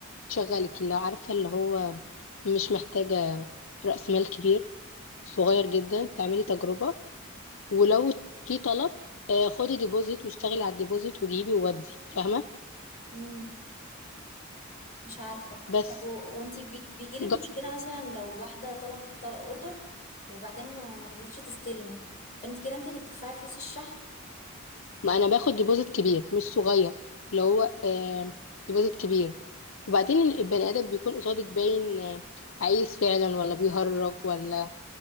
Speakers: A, on the left (about 65°); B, on the left (about 40°).
A: تشغلك اللي عارفه اللي هو مش محتاجه راس مال كبير صغير جدا تعملي تجربه ولو في طلب آه، خدي ديبوزيت واشتغلي على الديبوزيت وجيبي وودي فاهمه
B: مم. مش عارفة
A: بس
B: طب و... وانتي بي... بيجيلك
A: جر-
B: مشكلة مثلا لو واحدة طلبت طلب اوردر وبعدين ما مرضيتش تستلمه فانت كده انت اللي بتدفعي فلوس الشحن
A: ما انا باخد ديبوزيت كبير مش صغير اللي هو آه، ديبوزيت كبير وبعدين البني ادم بيكون قصادك باين آه، عايز فعلا ولا بيهرج ولا